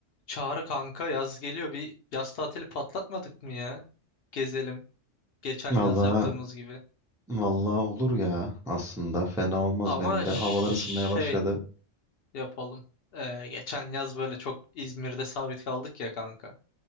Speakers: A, on the left; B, in the centre.
A: Çağrı kanka yaz geliyor. Bir yaz tatili patlatmadık mı ya? Gezelim. Geçen
B: Valla
A: yaz yaptığımız gibi.
B: valla olur ya aslında fena olmaz
A: Ama
B: benim de
A: ş-
B: havalar ısınmaya başladı.
A: şey yapalım. Ee, geçen yaz böyle çok İzmir'de sabit kaldık ya kanka.